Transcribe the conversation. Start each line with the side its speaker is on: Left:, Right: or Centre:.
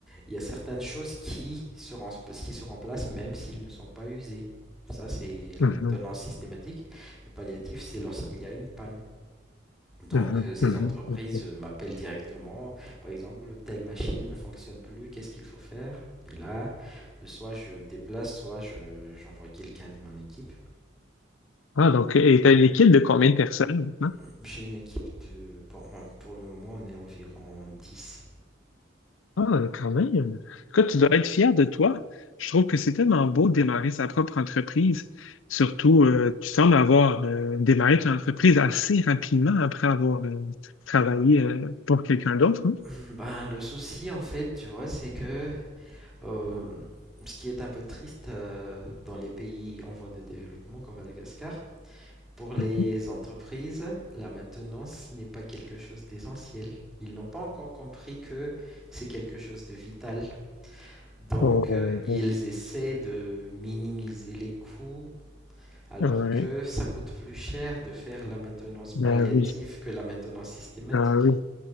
Centre: il y a certaines choses qui se, rem- qui se remplacent même s'ils ne sont pas usés. Ça, c'est la
Left: Mhm.
Centre: maintenance systématique. Et palliative, c'est lorsqu'il y a une panne. Donc,
Left: Mhm.
Centre: euh, ces
Left: Mhm.
Centre: entreprises
Left: OK.
Centre: euh, m'appellent directement. Par exemple, telle machine ne fonctionne plus, qu'est-ce qu'il faut faire? Et là, euh, soit je me déplace, soit je, j'envoie quelqu'un de mon équipe.
Left: Ah, donc, et tu as une équipe de combien de personnes maintenant?
Centre: Euh, J'ai une équipe de... bon, on- pour le moment, on est environ 10.
Left: Ah, quand même. Écoute, tu dois être fier de toi. Je trouve que c'est tellement beau de démarrer sa propre entreprise. Surtout, euh, tu sembles avoir euh, démarré ton entreprise assez rapidement après avoir euh, travaillé euh, pour quelqu'un d'autre.
Centre: <clears throat>
Left: hein.
Centre: Ben, le souci, en fait, tu vois, c'est que euh, ce qui est un peu triste euh, dans les pays en voie de développement comme Madagascar, Pour les
Left: Mhm.
Centre: entreprises, la maintenance n'est pas quelque chose d'essentiel. Ils n'ont pas encore compris que c'est quelque chose de vital. Donc,
Left: Oh, oh,
Centre: euh, ils
Left: oh.
Centre: essaient de minimiser les coûts, alors
Left: Ouais.
Centre: que ça coûte plus cher de faire la maintenance palliative
Left: Ben
Centre: que la maintenance systématique.
Left: oui.